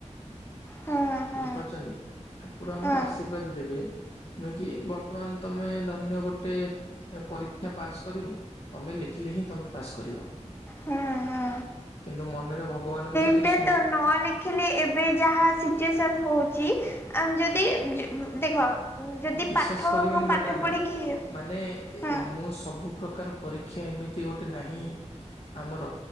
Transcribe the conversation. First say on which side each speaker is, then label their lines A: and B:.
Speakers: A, on the left; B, on the left.
A: ହୁଁ ହୁଁ
B: ବୁଝିପାରୁଛନ୍ତି ଠାକୁର ଆମକୁ
A: ହୁଁ
B: ଆଶୀର୍ବାଦ ଦେବେ। ନୁହେଁ କି ବର୍ତ୍ତମାନ ତମେ ଧରିନିଅ ଗୋଟେ ପରୀକ୍ଷା ପାସ୍ କରିବ ତମେ ଲେଖିଲେ ହିଁ ତମେ ପାସ୍ କରିବ
A: ହୁଁ ହୁଁ
B: କିନ୍ତୁ ମନରେ ଭଗବାନଙ୍କୁ ଯଦି
A: ଏତ
B: ସ୍ମ
A: ନ ଲେଖିଲେ ଏବେ ଯାହା ଶିଚୁଏସନ ହଉଛି ଆମ ଯଦି ମ୍ ଦେଖ ଯଦି
B: ବିଶ୍ଵାସ
A: ପାଠ
B: କରିଵେନି
A: ହଁ ପାଠ
B: ମ୍ୟାଡାମ
A: ପଢ଼ିକି
B: ମାନେ
A: ହଁ
B: ମୁଁ ସବୁ ପ୍ର ପ୍ରକାର ପରୀକ୍ଷା ଏମିତି ଗୋଟେ ନାହିଁ ଆମର